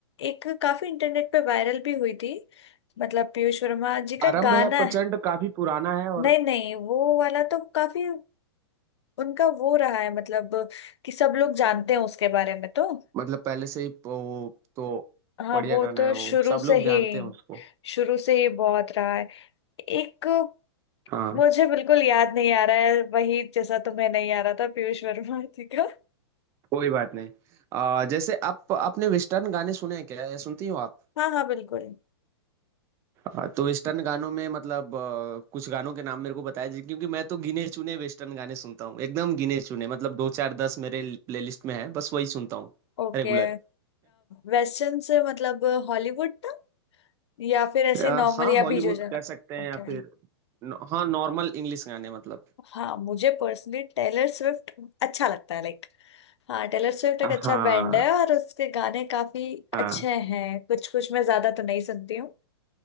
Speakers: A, on the left (about 80°); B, on the right (about 20°).
A: एक काफी इंटरनेट पे वायरल भी हुई थी मतलब पीयूष वर्मा जी
B: आरंभ
A: का गाना
B: है प्रचंड
A: है
B: काफी पुराना है और
A: नहीं नहीं वो वाला तो काफी उनका वो रहा है मतलब कि सब लोग जानते हैं उसके बारे में तो
B: मतलब पहले से ही वो तो
A: हाँ
B: बढ़िया
A: वो
B: गाना
A: तो
B: है वो
A: शुरू
B: सब लोग
A: से ही
B: जानते हैं उसको
A: शुरू से ही बहुत रहा है एक
B: हाँ
A: मुझे बिल्कुल याद नहीं आ रहा है वही जैसा तुम्हें नहीं आ रहा था पीयूष वर्मा जी का
B: कोई बात नहीं आ, जैसे आप आपने वेस्टर्न गाने सुने हैं क्या या सुनती हो आप
A: हाँ हाँ बिल्कुल
B: हाँ, तो वेस्टर्न गानों में मतलब अ, कुछ गानों के नाम मेरे को बताया जी क्योंकि मैं तो गिने चुने वेस्टर्न गाने सुनता हूँ एकदम गिने चुने मतलब दो चार दस मेरे प्लेलिस्ट में है बस वही सुनता हूँ
A: ओके
B: रेगुलर
A: वेस्टर्न से मतलब हॉलीवुड था या फिर ऐसे
B: <laughs> हाँ
A: नॉर्मल या
B: हॉलीवुड
A: बीजो जना
B: कह सकते हैं
A: ओके
B: या फिर न- हाँ नॉर्मल इंग्लिश गाने मतलब
A: हाँ मुझे पर्सनली टेलर स्विफ्ट अच्छा लगता है लाइक हाँ टेलर स्विफ्ट एक
B: हाँ
A: अच्छा बैंड है और उसके गाने काफी
B: हाँ
A: अच्छे हैं कुछ कुछ मैं ज्यादा तो नहीं सुनती हूँ